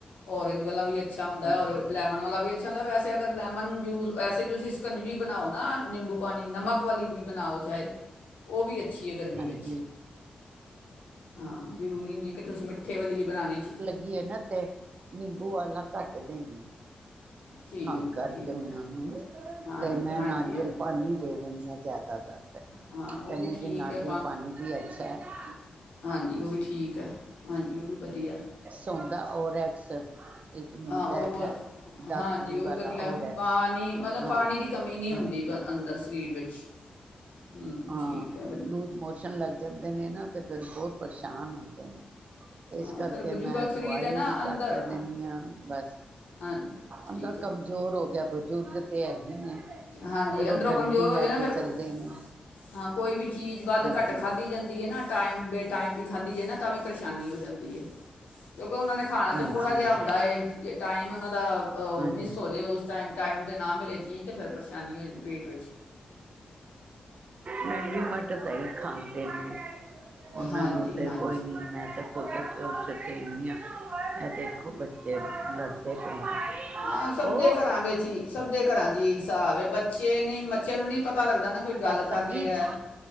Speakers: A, on the left; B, on the right.
A: ਔਰਂਜ ਵਾਲਾ ਵੀ ਅੱਛਾ ਹੁੰਦਾ
B: ਹਾਂਜੀ
A: ਔਰ ਲੈਮਨ ਵਾਲਾ ਵੀ ਅੱਛਾੁੰਦਾ ਵੈਸੇ ਅਗਰ ਲੈਮਨ ਜੂਸ ਵੈਸੇ ਤੁਸੀਂ ਕੰਜਵੀ ਬਣਾਓ ਨਾ ਨਿੰਬੂ ਪਾਣੀ ਨਮਕ ਵਾਲੀ ਵੀ ਬਣਾਓ ਚੇ ਉਹ ਵੀ ਅੱਛੀ ਹੈ ਗਰਮੀ
B: ਹਾਂਜੀ
A: ਵਿੱਚ ਹਾਂ ਜ਼ਰੂਰੀ ਨਹੀਂੀ ਹੈ ਕਿ ਤੁਸੀਂ ਮਿੱਠੇ ਵਾਲੀ ਬਣਾਉਣੀ ਚ
B: ਗੀ ਨਾ ਤੇ ਨਿੰਬੂ ਆਾ ਕੱਟ ਦੇਣ ਆ
A: ਠੀਕ
B: ਖੰਘ ਕਰਕੇ
A: ਆ ਠੀਕ
B: ਉਹਨਾਂ
A: ਹੈ
B: ਨੂੰ
A: ਹਾਂਜੀ
B: ਤੇ ਮੈਂ
A: ਹਾਂਜੀ
B: ਨਾਰੀਅਲ
A: ਹਾਂਜੀ
B: ਪਾਣੀੀ ਦੇ ਦੇਣੀ ਆ ਜ਼ਿਆਦਾਤਰ ਕ
A: ਹਾਂ ਉਹ ਵੀ ਠੀਕ
B: ਕਿ ਨਾਰੀਅਲ
A: ਹੈ
B: ਪਾਣੀ ਵੀ ਅੱਛਾ ਹੈ ਹ
A: ਹਾਂਜੀ ਉਹ ਵੀ ਠੀਕ ਹੈ ਹਾਂਜੀ ਉਹ ਵੀ ਵਧੀਆ
B: ਚੌਦਾ ਓਰੈਕਸ ਇੱਕ ਮਿਲਦਾ
A: ਹਾਂ ਉਹ
B: ਹੈਗਾ ਡਾਕਟਰੀ
A: ਹਾਂਜੀ ਉਹ
B: ਵਾਲਾ
A: ਵੀ ਵਧੀਆ
B: ਓਰੈਕਸ
A: ਪਾਣੀ ਮਤਲਬ
B: ਹਾਂ
A: ਪਾਣੀ ਦੀ ਕਮੀ ਨਹੀਂ
B: ਹਾਂ
A: ਹੁੰਦੀ ਅੰਦਰ ਸਰੀਰ ਵਿੱਚ ਹੂੰ
B: ਹਾਂ
A: ਠੀਕ ਹੈ ਵਧੀਆ
B: ਲੂਜ਼ ਮੋਸ਼ਨ ਲੱਗ ਜਾਂਦੇ ਨੇ ਨਾ ਤੇ ਫਿਰ ਬਹੁਤ ਪਰੇਸ਼ਾਨ ਹੁੰਦੇ ਨੇ ਅਤੇ ਇਸ
A: ਹਾਂ
B: ਕਰਕੇ
A: ਫਿਰ ਬਜ਼ੁਰਗ
B: ਮੈਂ
A: ਸਰੀਰ
B: ਦਵਾਈ
A: ਹੈ ਨਾ
B: ਵੀ
A: ਅੰਦਰ
B: ਘੱਟ ਦਿੰਦੀ ਹਾਂ ਬਸ
A: ਹਾਂਜੀ ਠੀਕ
B: ਅੰਦਰ
A: ਹੈੀ
B: <unintelligible> ਬਜ਼ੁਰਗ ਤੇ ਹੈ ਹੀ ਹੈ
A: ਹਾਂਜੀ
B: ਫਿਰ
A: ਅੰਦਰੋਂ
B: ਉਹ ਡੰਡੀ
A: ਕਮਜ਼ੋਰ ਹੋ
B: ਲੈ
A: ਜਾਏ ਨਾ
B: ਕੇ ਚੱਲਦੇ
A: ਫਿਰ ਕੋ-
B: ਨੇ
A: ਹਾਂ ਕੋਈ ਵੀ ਚੀਜ਼ ਵੱਧ
B: ਹਾਂਜੀ
A: ਘੱਟ ਖਾਧੀ ਜਾਂਦੀ ਹੈ ਨਾ ਟਾਈਮ ਬੇ ਟਾਈਮ ਵੀ ਖਾਦੀ ਹੈਏ ਨਾ ਤਾਂ ਵੀ ਪਰੇਸ਼ਾਨੀ ਹੋ ਜਾਂਦੀ ਹੈ ਕਿਉਂਕਿ ਉਹਨਾਂ ਨੇ ਖਾਣਾ
B: ਹਾਂਜੀ
A: ਤਾਂ ਥੋੜ੍ਹਾ ਜਿਹਾ ਹੁੰਦਾ ਏ ਜੇ ਟਾਈਮ ਉਹਨਾਂ ਦਾ
B: ਹਾਂਜੀ
A: ਮਿਸ ਹੋ ਜਵੇ ਉਸ ਟਮ ਟਾਈਮ ਦੇ ਨਾ ਮਿਲੇ ਚੀਜ਼ ਤੇ ਫਿਰ ਪਰੇਸ਼ਾਨੀ ਹੋ ਜਾਂਦੀ ਪੇਟ ਵਿੱਚ
B: ਮਹਲੀ ਮਟ ਤਾਂ ਹੀ ਖਾਂਦੇ ਨੇ ਉਹਨਾਂ
A: ਹਾਂਜੀ
B: ਨੂੰ ਤੇ
A: ਹਾਂਜੀ
B: ਕੋਈ ਨੀ ਮੈਂ ਤੇ ਦੇ ਨਹੀਂ ਆ ਦੇਖੋ ਬੱਚੇ ਲੜਦੇ ਪਏ ਨੇ
A: ਹਾਂ ਸਭ
B: ਉਹ
A: ਦੇ ਘਰਾਂ ਵਿੱਚ ਹੀ ਸਭ ਦੇ ਘਰਾਂ ਚ ਹੀ ਹਿਸਾਬ ਬੱਚੇ ਨਹੀਂ ਬੱਚਿਆਂ ਨੂੰ ਨਹੀਂੀ ਪਤਾ ਲੱਗਦਾ ਨਾ ਕੋਈ
B: ਬਦਤਮੀਜ਼
A: ਗੱਲ ਕਰ ਰਿਹਾ